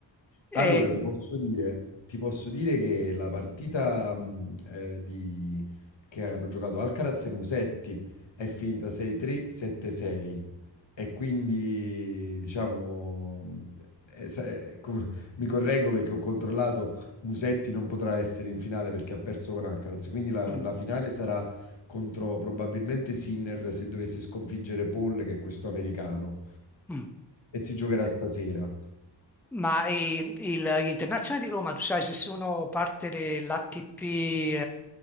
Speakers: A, in the centre; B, on the left (about 75°).
A: E-
B: allora ti posso dire, ti posso dire che la partita mh, eh, di- che hanno giocato Alcaraz e Musetti è finita 6-3, 7-6. E quindi, diciamo, eh, eh, sa- eh, com- mi correggo perché ho controllato, Musetti non potrà essere in finale perché ha perso con Alcaraz, quindi la,
A: mm,
B: la finale sarà contro probabilmente Sinner se dovesse sconfiggere Paul, che è questo americano,
A: mm.
B: e si giocherà stasera.
A: ma i- il- gli internazionali di Roma, tu sai se sono parte dell'ATP,